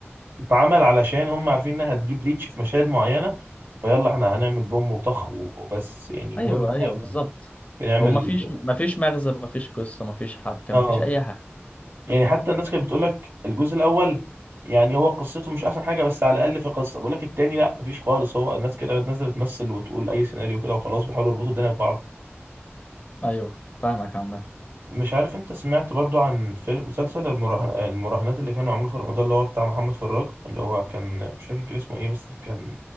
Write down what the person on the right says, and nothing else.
بتتعمل علشان هم عارفين انها هتجيب ريتش في مشاهد معينة فيلا احنا هنعمل بوم وطخ وبس يعني مجرد
ما
احنا
بنعمل
اه
يعني حتى الناس كانت بتقول لك الجزء الاول يعني هو قصته مش احسن حاجة بس على الاقل في قصة بقول لك التاني لا مفيش خالص هو الناس كده بتنزل بتمثل وتقول اي سيناريو كده وخلاص بيحاولوا يربطوا الدنيا ببعض
مش عارف انت سمعت برضو عن فيلم مسلسل المراهن- المراهنات اللي كان معمول في رمضان اللي هو بتاع محمد فراج اللي هو كان مش فاكر كان اسمه ايه بس كان